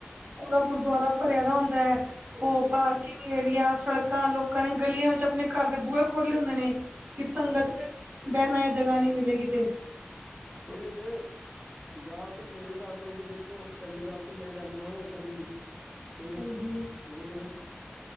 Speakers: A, on the right (about 50°); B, in the centre.
A: ਪੂਰਾ ਗੁਰਦੁਆਰਾ ਭਰਿਆ ਦਾ ਹੁੰਦਾ ਹੈ ਉਹ
B: ਹੂੰ,
A: ਬਾਹਰ। ਕਿਵੇਂ ਏਰੀਆ ਸੜਕਾਂ ਲੋਕਾਂ ਨੇ ਗਲੀਆਂ ਵਿੱਚ ਆਪਣੇ ਘਰ ਦੇ ਬੂਹੇ ਖੋਲੇ ਹੁੰਦੇ ਨੇ। ਕਿਸ
B: ਹੂੰ
A: ਸੰਗਤ ਦੇ ਬਹਿਣ ਜਗਾ ਨਹੀਂ ਮਿਲੇਗੀ ਕਿਤੇ।
B: ਉਹੀਏ ਤੇੇ ਜਾ ਤ ਮੇਰੇ। ਹਿਸਾਬ ਨਾਲ ਤਾਂ ਦੇਖੋ ਪਹਿਲੀ ਗੱਲ ਤਾਂ ਮੈਂ ਜਾਂਦਾ ਵਾਂ ਨਾ ਕਦੀ, ਤੇ
A: ਹਾਂਜੀ,
B: ਬਹੁਤ ਜ਼ਿਆਦਾ।